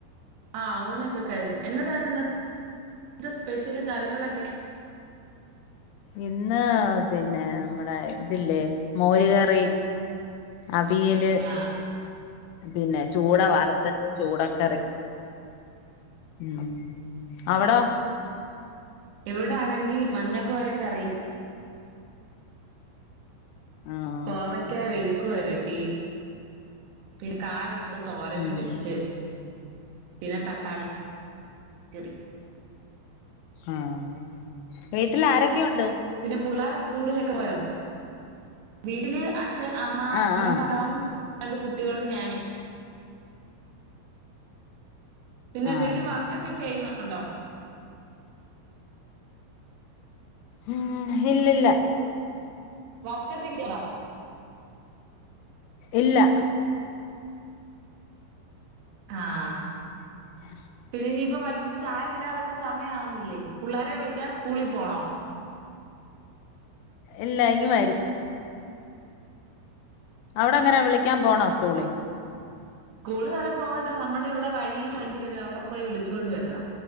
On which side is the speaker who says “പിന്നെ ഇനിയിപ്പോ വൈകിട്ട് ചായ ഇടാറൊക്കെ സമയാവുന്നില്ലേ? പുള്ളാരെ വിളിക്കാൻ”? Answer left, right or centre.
Right